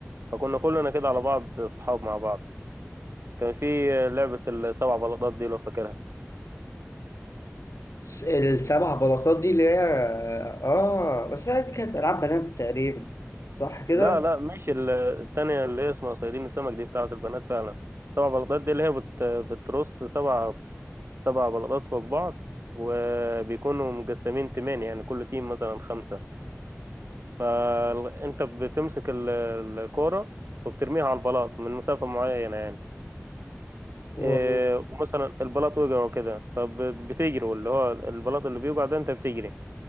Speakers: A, on the right; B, on the left.
A: فكنا كلنا كده على بعض اصحاب مع بعض كان في لعبه السبع بلاطات دي لو فاكرها
B: س- السبع بلاطات دي اللي هي اه بس هي دي كانت العاب بنات تقريبا صح كده
A: لا لا مش ال- التانية اللي هي اسمها صيادين السمك دي بتاعة البنات فعلا سبع بلاطات دي اللي هي بت بترص سبع سبع بلاطات فوق بعض وبيكونوا مقسمين تيمين يعني كل تيم مثلا خمسة فال- انت بتمسك ال- الكورة وبترميها على البلاط من مسافة معينة يعني
B: والله
A: إيه ومثلا البلاط وقع وكده فبتجري واللي هو البلاط اللي بيوقع ده انت بتجري